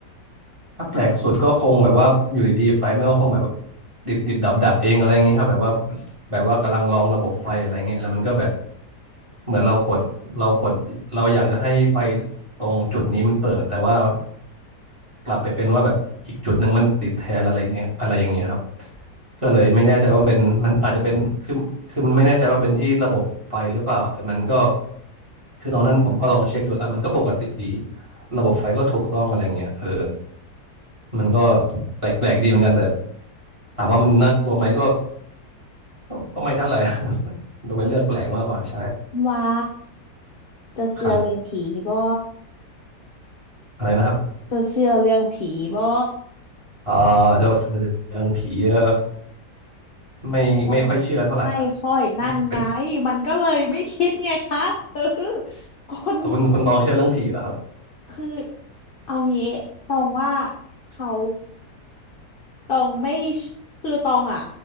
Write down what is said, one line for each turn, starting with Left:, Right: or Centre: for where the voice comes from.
Right: ถ้าแปลกสุดก็คงแบบว่าอยู่ดีๆไฟแม่งก็คงแบบติดติดดับดับๆเองอะไรอย่างงี้ครับแบบว่าแบบว่ากำลังลองระบบไฟอะไรเงี้ยแล้วมันก็แบบเหมือนเรากดเรากดเราอยากจะให้ไฟตรงจุดนี้มันเปิดแต่ว่ากลับไปเป็นว่าแบบอีกจุดหนึ่งมันติดแทนอะไรเงี้ยอะไรอย่างเงี้ยครับก็เลยไม่แน่ใจว่ามันเป็นมันอาจจะเป็นคือคือมันไม่แน่ใจว่าเป็นที่ระบบไฟหรือเปล่าแต่มันก็คือตอนนั้นผมก็ลองเช็คดูแล้วมันก็ปกติดี ระบบไฟก็ถูกต้องอะไรเงี้ยเออมันก็แปลกๆดีเหมือนกันแต่ถามว่ามันน่ากลัวไหมก็ก็ก็ไม่เท่าไหร่ <laughs> ดูเป็นเรื่องแปลกมากกว่าใช่
Left: ว่าจะเชื่อเรื่องผีบ่
Right: ครับอะไรนะครับ
Left: จะเชื่อเรื่องผีบ่
Right: อ่าเจ้าเรื่องผีเออไม่ไม่ค่อยเชื่อเท่าไหร่
Left: ยังไม่ค่อยนั่นไงมันก็เลยไม่คิดไงคะเออ
Right: ไม่เป็น
Left: คน <laughs>
Right: เอาคุณคุณตองเชื่อเรื่องผีเหรอครับ
Left: คือเอางี้ตรงว่าเขา ตองไม่เชคือตองอ่ะ